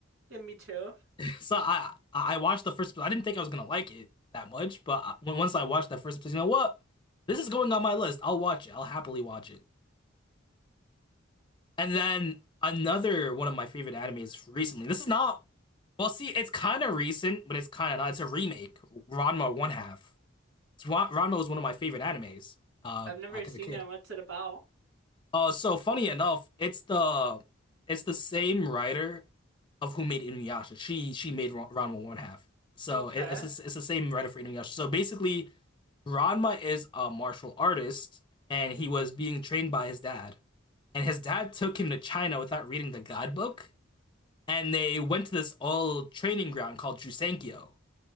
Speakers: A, on the right (about 80°); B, on the left (about 25°).
A: Yeah, me too.
B: So I I watched the first. I didn't think I was gonna like it that much, but when once I watched that first episode, you know what? This is going on my list. I'll watch it. I'll happily watch it. And then another one of my favorite animes recently. This is not. Well, see, it's kind of recent, but it's kind of not. It's a remake. Ranma One Half. It's, Ra- Ranma was one of my favorite animes. Uh,
A: I've never
B: back
A: seen
B: as a kid.
A: it. What's it about?
B: Uh, so funny enough, it's the it's the same writer of who made Inuyasha. She she made Ra- Ranma one half. So
A: Okay,
B: it, it's the- it's the same writer for Inuyasha. So basically, Ranma is a martial artist, and he was being trained by his dad. And his dad took him to China without reading the guidebook, and they went to this old training ground called Jusenkyo.